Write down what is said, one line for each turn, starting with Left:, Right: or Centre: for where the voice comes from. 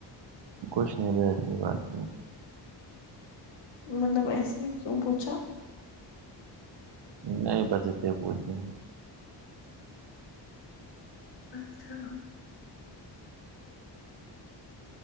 Right: کچھ نہیں ایسی بات میں
Left: مطلب ایسے ہی کیوں پوچھا
Right: نہیں بس اس لیے پو چھے
Left: اچھا